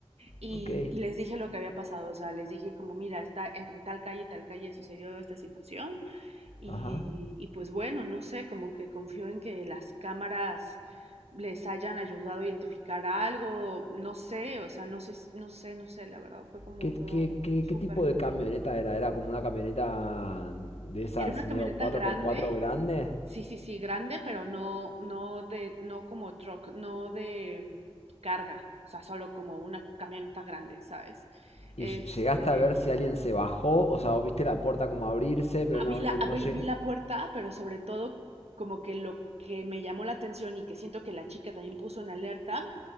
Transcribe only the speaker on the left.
Ok,
ajá.
¿Qué, qué,
qué,
qué tipo
de camioneta era? ¿Era como una camioneta de esas
medio
cuatro
por cuatro grandes?
Y
llegaste a ver si alguien se bajó, o sea, o viste la puerta como abrirse, pero
no,
no,
no lleg-